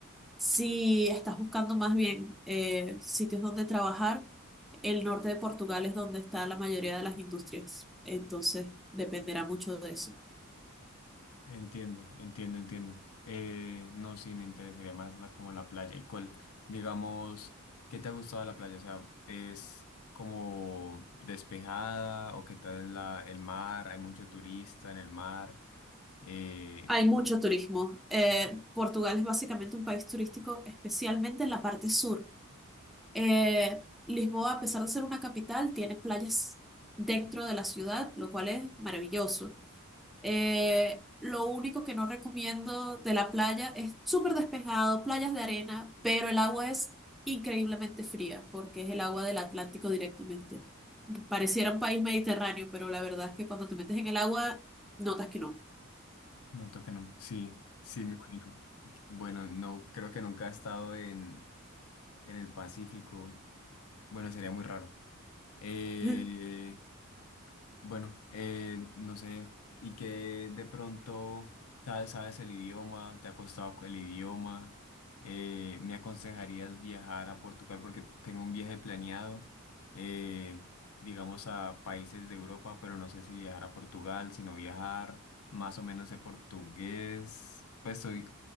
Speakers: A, in the centre; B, on the left.
A: Si estás buscando más bien eh, sitios donde trabajar, el norte de Portugal es donde está la mayoría de las industrias. Entonces, dependerá mucho de eso.
B: Entiendo, entiendo, entiendo. Eh, no, sí, me interesaría más la, como la playa. ¿Y cuál, digamos, qué te ha gustado de la playa? O sea, ¿es como despejada o qué tal la, el mar? ¿Hay mucho turista en el mar? Eh,
A: Hay mucho turismo. Eh, Portugal es básicamente un país turístico, especialmente en la parte sur. Eh, Lisboa, a pesar de ser una capital, tiene playas dentro de la ciudad, lo cual es maravilloso. Eh, lo único que no recomiendo de la playa es súper despejado, playas de arena, pero el agua es increíblemente fría porque es el agua del Atlántico directamente. Pareciera un país mediterráneo, pero la verdad es que cuando te metes en el agua, notas que no.
B: noto que no. Sí, sí, me imagino. Ok, Bueno, no, creo que nunca he estado en, en el Pacífico. Bueno, sería muy raro. Eh,
A: <laughs>
B: Bueno, eh, no sé, y que de pronto sabes, sabes el idioma, te ha costado el idioma, eh, me aconsejarías viajar a Portugal porque tengo un viaje planeado, eh, digamos a países de Europa, pero no sé si viajar a Portugal, sino viajar, más o menos de portugués, pues soy